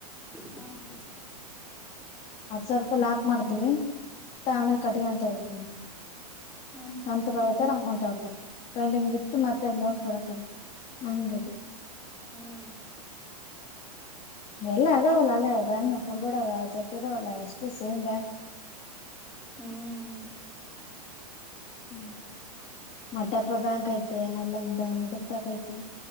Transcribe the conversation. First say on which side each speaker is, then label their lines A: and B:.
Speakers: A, in the centre; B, on the left (about 35°).
A: ಹಾ ಹಾ
B: ಹತ್್ ಸಾವಿರ ರೂಪಾಯ ಲಾಕ್ ಮಾಡತೀವಿತ್ತ ಆಮೇಲೆ
A: ಹ್ಮ್
B: ಕಟಿ ಅಂತ ಹೋಗತಿ
A: ಹ್ಮ್
B: ಕಣಂತ ಮದತಡ ಅಮೌಂಟ್ ಆ ಪಂಡಿಂಗ್ ವಿತ್
A: ಹ್ಮ್ ಹ್ಮ್
B: ಮತ್ತೆ ಲೋನ್ ಕಡ ತಮ್ಮಿ ನಂಗದು
A: ಹ್ಮ್ ಹ್ಮ್
B: ಎಲ್ಲ ಅದವಲ್ಲ ಅಲ್ಲ ಬ್ಯಾ ಹೊರ್ಗಡ ಜಟ್ಟಿ ಅದವಲ್ಲ ಅಷ್ಟೇ ಸೇಮ್ ಬ್ಯಾಂಕ್
A: ಹ್ಮ್
B: ಹ್ಮ್ ಮಟಪ್ಪ ಬ್ಯಾಂಕ್ ಐತೆ ಅಲ್ಲಂಗ ಬ ಅ ತಕ ಐತೆ